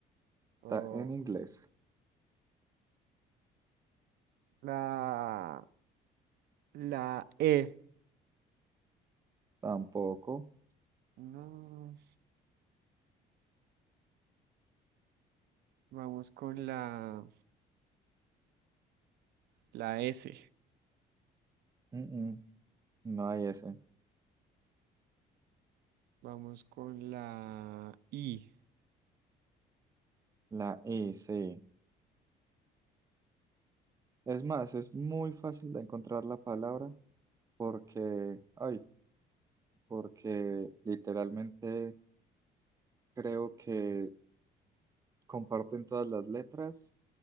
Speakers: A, on the right; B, on the right.
A: O
B: Está en inglés.
A: la, la E.
B: Tampoco.
A: No, vamos con la, la S.
B: Mm, mm, no hay S.
A: Vamos con la I.
B: La I, sí. Es más, es muy fácil de encontrar la palabra porque, ay, porque literalmente creo que Comparten todas las letras,